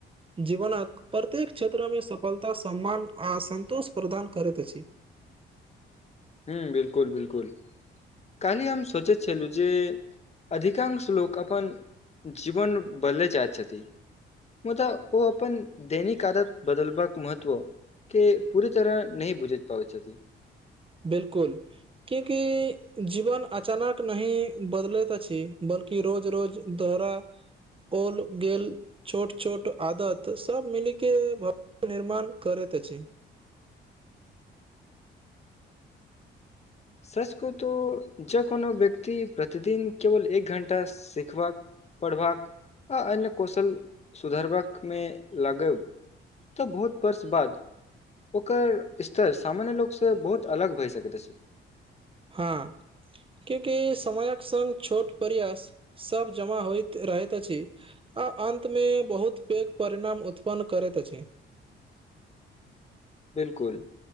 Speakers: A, on the right (about 25°); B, on the left (about 35°).
A: जीवनक प्रत्येक क्षेत्र मे सफलता सम्मान आ सन्तोष प्रदान करैत अछि
B: हू बिल्कुल बिल्कुल काल्हि हम सोचे छलू जे अधिकांश लोक अपन जीवन बदले चाहै छथि मुदा ओ अपन दैनिक आदत बदलबाक महत्व के पूरे तरह नहि बुझैत पाबै छथि
A: बिल्कुल क्यूंकि जीवन अचानक नहि बदलैत अछि बल्कि- की रोज रोज दोहराओल गेल छोट छोट आदत सब मिली के भव्य निर्माण करैत अछि
B: सच कहुं तऽ जँ कोनो व्यक्ति प्रतिदिन केवल एक घण्टा सीखबाक पढ़बाक आ अन्य कौशल सुधारबाक मे लागब तऽ बहुत वर्ष बाद ओकर स्तर सामान्य लोकसँ बहुत अलग भऽ सकैत अछि
A: हाँ क्यूंकि समयक संङ्ग छोट प्रयास सब जमा होइत रहैत अछि आ अंत मे बहुत पैघ परिणाम उत्पन्न करैत अछि
B: बिल्कुल